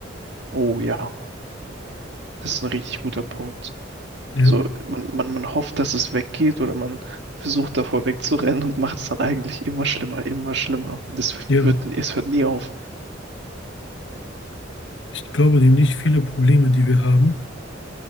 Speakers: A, on the right; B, on the left.
A: Oh ja, das ist ein richtig guter Punkt.
B: Ja,
A: So, man, man, man hofft, dass es weggeht oder man versucht davor wegzurennen und macht es dann eigentlich immer schlimmer, immer schlimmer. Und es
B: ja.
A: wird, es hört nie auf.
B: Ich glaube nämlich, viele Probleme, die wir haben,